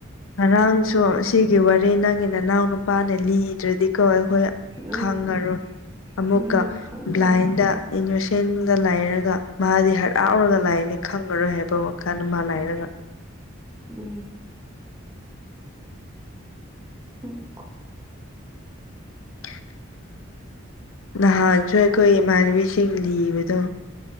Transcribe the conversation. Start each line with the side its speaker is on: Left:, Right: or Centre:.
Left: ꯉꯔꯥꯡꯁꯨ ꯁꯤꯒꯤ ꯋꯥꯔꯤ ꯅꯪꯒꯤ ꯅꯅꯥꯎ ꯅꯨꯄꯥꯅ ꯂꯤꯗ꯭ꯔꯗꯤꯀꯣ ꯑꯩꯈꯣꯏ
Right: ꯎꯝ
Left: ꯈꯪꯉꯔꯣꯏ ꯑꯃꯨꯛꯀ
Right: ꯎꯝ ꯈꯪꯂꯔꯣꯏ
Left: ꯕ꯭ꯂꯥꯏꯟꯗ ꯊꯦꯟꯗ ꯂꯥꯏꯔꯒ ꯃꯥꯗꯤ ꯍꯔꯥꯎꯔꯒ ꯂꯥꯏꯅꯤ ꯈꯪꯉꯔꯣꯏ ꯍꯥꯏꯕ ꯋꯥꯈꯜꯗ ꯃꯥ ꯂꯥꯏꯔꯒ <inaudible>
Right: ꯎꯝ ꯎꯝ
Left: <inaudible> ꯅꯍꯥꯟꯁꯨ ꯑꯩꯈꯣꯏ ꯏꯃꯥꯟꯅꯕꯤꯁꯤꯡ ꯂꯤꯕꯗꯣ